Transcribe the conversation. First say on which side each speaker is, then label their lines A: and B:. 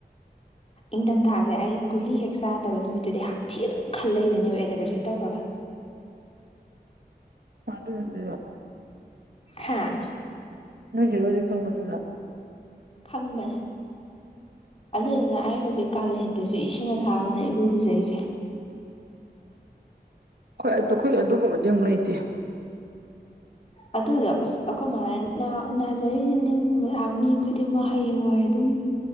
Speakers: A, on the right; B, on the left.
A: INAUDIBLE
B: ꯏꯪꯊꯝꯊꯥꯁꯦ ꯑꯩ ꯒꯨꯂꯤ ꯍꯦꯛ ꯆꯥꯗꯕ ꯅꯨꯃꯤꯠꯇꯨꯗꯤ ꯍꯛꯊꯤ ꯑꯗꯨꯝ ꯈꯜ ꯂꯩꯗꯣꯏꯅꯦꯕ ꯑꯦꯂꯦꯕꯔꯖꯤ ꯇꯧꯔꯒ
A: ꯃ ꯑꯗꯨꯗ
B: ꯍꯥꯥ
A: ꯅꫭꯏ ꯍꯦꯔꯣꯁꯦ ꯈꯪꯕꯗꯨꯗ
B: ꯈꯪꯕꯅꯦ ꯑꯗꯨꯗꯨꯅ ꯑꯩ ꯍꯧꯖꯤꯛ ꯀꯥꯂꯦꯟꯗꯁꯨ ꯏꯁꯤꯡ ꯑꯁꯥꯕꯅ ꯏꯔꯨ ꯂꯨꯖꯩꯁꯦ
A: ꯍꯣꯏ ꯑ ꯑꯩꯈꯣꯏ ꯑꯗꯨꯒꯨꯝꯕꯗꯤ ꯑꯃꯨꯛ ꯂꯩꯇꯦ
B: ꯑꯗꯨꯗꯣ ꯑꯁ ꯑꯩꯈ ꯃꯥꯅ ꯅꯥꯖꯔꯤꯁꯤꯅꯤ ꯃꯤ ꯈꯨꯗꯤꯡꯃꯛ ꯍꯌꯦꯡꯋꯥꯏ ꯑꯗꯨꯝ